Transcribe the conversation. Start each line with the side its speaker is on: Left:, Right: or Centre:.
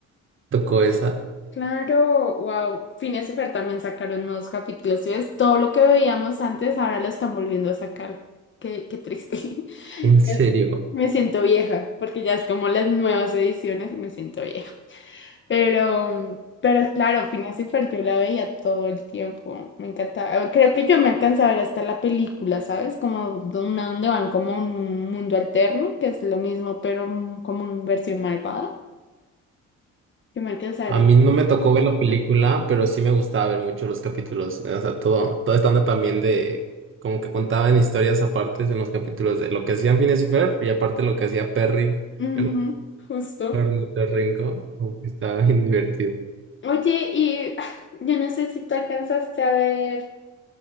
Right: tocó esa?
Left: Claro, wow. Phineas y Fer también sacaron nuevos capítulos. ¿sí ves? Todo lo que veíamos antes ahora lo están volviendo a sacar. Qué, qué triste. <laughs>
Right: ¿En serio?
Left: Eh, Me siento vieja, porque ya es como las nuevas ediciones, me siento vieja. Pero, mm, pero claro, Phineas y Fer yo la veía todo el tiempo. Me encantaba. Eh, Creo que yo me alcanzaba a ver hasta la película, ¿sabes? Como de una donde van como en un mundo alterno, que es lo mismo, pero mm, como en versión malvada. Yo me alcanzaba
Right: A
Left: a ver.
Right: mí
Left: eso.
Right: no me tocó ver la película, pero sí me gustaba ver mucho los capítulos. O sea, todo, todo estando también de, como que contaban historias aparte en los capítulos de lo que hacían Phineas y Ferb y aparte lo que hacía Perry,
Left: Ujú,
Right: el
Left: justo.
Right: ornitorrinco, como que estaba bien <laughs> divertido.
Left: Oye, y <sighs> yo no sé si tú alcanzaste a ver,